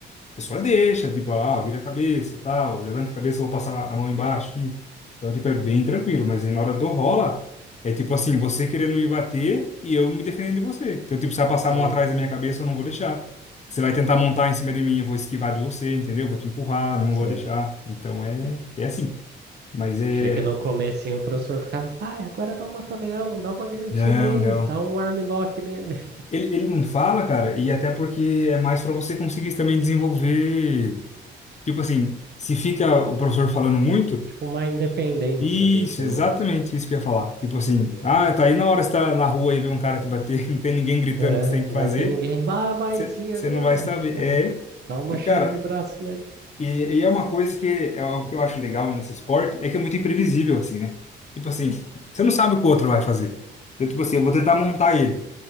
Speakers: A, on the left; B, on the right.
A: A pessoa deixa, tipo, ela, ah, vira a cabeça, tal, levanta a cabeça, eu vou passar a mão embaixo aqui. Então, tipo, é bem tranquilo, mas aí na hora do rola, é tipo assim, você querendo me bater e eu me defendendo de você. Então, tipo, se ela passar
B: uhum.
A: a mão atrás da minha cabeça, eu não vou deixar. Você vai tentar montar em cima de mim, eu vou esquivar de você, entendeu? Vou te empurrar, não
B: Sei.
A: vou deixar. Então, é, é assim. Mas é...
B: Achei que no comecinho o professor ficava, vai, agora dá um mata-leão, dá uma guilhotina
A: Não,
B: aí,
A: não.
B: dá um armlock nele. <laughs>
A: Ele, ele não fala, cara, e até porque é mais pra você conseguir também desenvolver... Tipo assim, se fica o professor falando muito...
B: Tipo, uma independência
A: Isso,
B: ali também,
A: exatamente
B: né?
A: isso que eu ia falar. Tipo assim,
B: Não,
A: ah, tá aí na hora que você tá na rua e vê um cara te bater, <laughs> não tem ninguém gritando
B: não é,
A: o que você
B: não
A: tem que fazer,
B: vai ter ninguém, vai, vai,
A: você
B: desvia
A: você
B: agora.
A: não vai saber.
B: <laughs>
A: É,
B: Dá uma
A: e
B: chave
A: cara,
B: de braço nele.
A: e, e é uma coisa que é o que eu acho legal nesse esporte, é que é muito imprevisível, assim, né? Tipo assim, você não sabe o que o outro vai fazer. Eu, tipo assim, eu vou tentar montar ele.